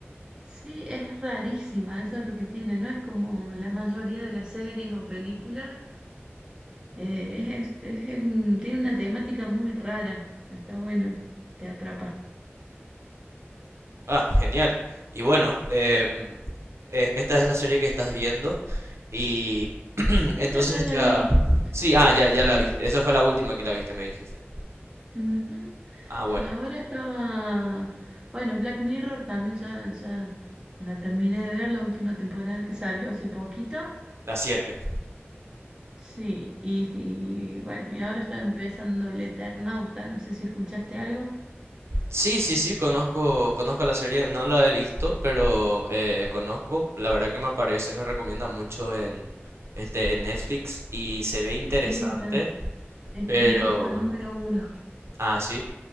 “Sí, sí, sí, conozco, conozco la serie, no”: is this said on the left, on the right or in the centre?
Right